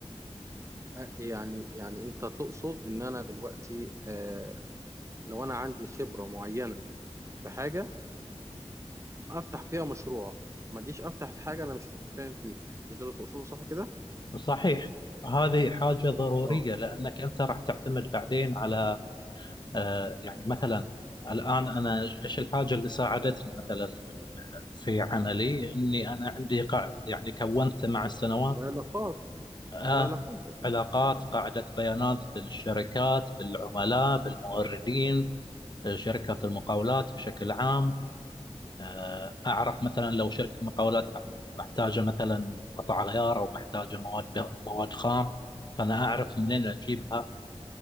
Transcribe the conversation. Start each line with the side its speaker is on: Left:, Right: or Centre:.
Right: آه، يعني يعني انت تقصد ان انا دلوقتي آه، لو انا عندي خبرة معينة في حاجة افتح فيها مشروع ما اجيش افتح في حاجه انا مش فاهم فيها مش ده اللي تقصده صح كده
Left: صحيح هذه حاجة ضرورية
Right: اه
Left: لأنك أنت راح تعتمد بعدين على آه، يعني مثلا الآن أنا إيش الحاجة اللي ساعدتني مثلا في ال- في عملي إني أنا عندي قاع- يعني كونت مع السنوات
Right: العلاقات
Left: آه
Right: العلاقات اكيد
Left: علاقات قاعدة بيانات بالشركات بالعملاء بالموردين آه، شركة المقاولات بشكل عام آه أعرف مثلا لو شركة مقاولات محتاجة مثلا قطع غيار أو محتاجة مواد مواد خام فأنا أعرف منين أجيبها